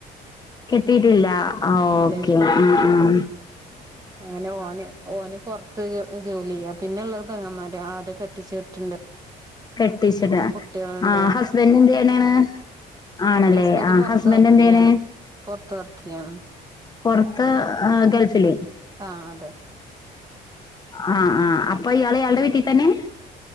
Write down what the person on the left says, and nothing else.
കെട്ടിട്ടില്ല ഓക്കെ
ഉം ഉം
കെട്ടിച്ചിട
ആഹ ഹസ്ബൻഡ എന്ത് ചെയ്യണയെന്ന് ആണല്ലേ
ആ
ഹസ്ബൻഡ്
എന്ത്
ചെയ്യണ്
പുറത്ത് ഗൾഫിലേ
ആഹ് ആ അപ്പൊ ഇയാള് ഇയാളുടെ വീട്ടിൽ തന്നെ